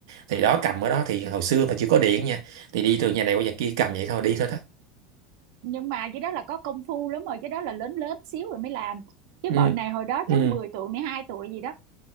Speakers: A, on the right; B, on the right.
A: thì đó cầm ở đó thì hồi xưa mà chưa có điện nha thì đi từ nhà này qua nhà kia cầm vậy thôi đi thôi đó
B: nhưng mà cái đó là có công phu lắm rồi cái đó là lớn lớn xíu rồi mới làm chứ
A: ừ
B: bọn này hồi đó
A: ừ
B: chắc 10 tuổi 12 tuổi gì đó